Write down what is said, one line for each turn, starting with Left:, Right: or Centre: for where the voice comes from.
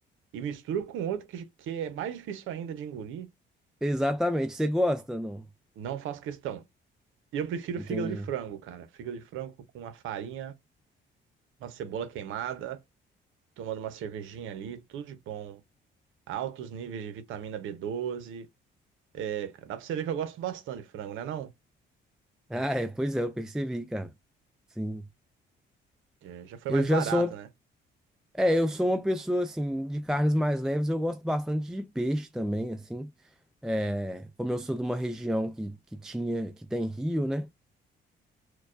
Right: e misturam com outra que, que é mais difícil ainda de engolir.
Centre: Exatamente, você gosta, não?
Right: Não faço questão. Eu prefiro
Centre: Entendi.
Right: fígado de frango, cara. Fígado de frango com uma farinha, uma cebola queimada, tomando uma cervejinha ali, tudo de bom. Altos níveis de vitamina b doze. É, cara, dá pra você ver que eu gosto bastante de frango, né, não?
Centre: Ah, é, pois é, eu percebi, cara. Sim.
Right: É, já foi
Centre: Eu
Right: mais
Centre: já
Right: barato,
Centre: sou, uma-
Right: né?
Centre: é, eu sou uma pessoa, assim, de carnes mais leves, eu gosto bastante de peixe também, assim. É, como eu sou de uma região que, que tinha, que tem rio, né?